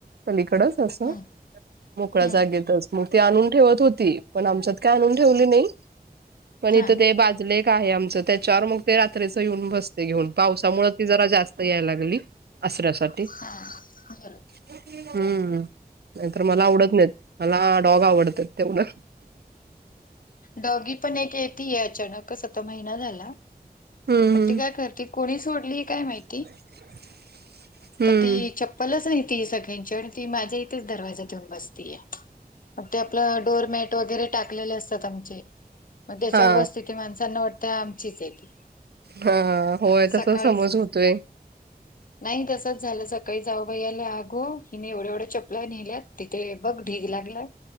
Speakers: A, on the right; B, on the left.
A: पलीकडच असं
B: हम्म
A: मोकळ्या
B: हम्म
A: जागेतच मग ती आणून ठेवत होती. पण आमच्यात काय आणून ठेवले नाही पण
B: हा
A: इथं ते बाजूला एक काय आमचं त्याच्यावर मग ते रात्रीच येऊन बसते घेऊन पावसामुळे ती जरा जास्त याय लागली. अससऱ्यासाठी.
B: हा बरोबर
A: हम्म नाहीतर मला आवडत नाहीत मला डॉग आवडतात तेवढ.
B: डॉगी पण एक येतय अचानकस महिना झाल.
A: हम्म
B: पण ती काय करते कोणी सोडली काय माहित?
A: <inaudible>
B: <inaudible>
A: हम्म
B: तर ती चप्पलच आणती सगळ्यांच्या आण ती माझ्या इथेच दरवाजात येऊन बस्ती या. ते आपलं डोअरमॅट वगैरे टाकलेले असतात आमचे म त्याच्यावर
A: हा
B: बसते. त्या माणसांना वाटतं आमचीच आहे ती.
A: हा होय
B: आता सकाळीच
A: तस समज होतोय
B: नाही तसच झालं सका काही जाऊ बाई आगो हिने एवढे एवढे चपला नेल्यात तिथे बघ ढीग लागलाय